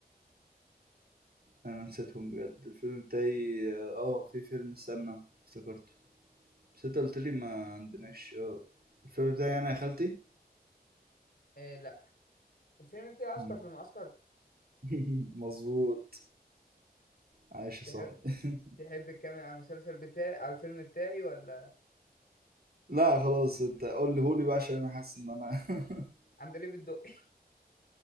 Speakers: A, on the right; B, on the left.
A: انا نسيتهم بجد الفيلم التاني اه آه، في فيلم استنى افتكرته بس انت قلت لي ما عندناش اه الفيلم بتاعي انا يا خالتي
B: إيه لا الفيلم بتاعي عسكر
A: مم.
B: في المعسكر
A: <laughs> مظبوط عايش يا
B: تحب
A: صاحبي <laughs>
B: تحب تكمل على المسلسل بتاعي على الفيلم بتاعي ولا
A: لا خلاص انت قول لي هولي بقى عشان انا حاسس ان انا <laughs>
B: عندليب الدقي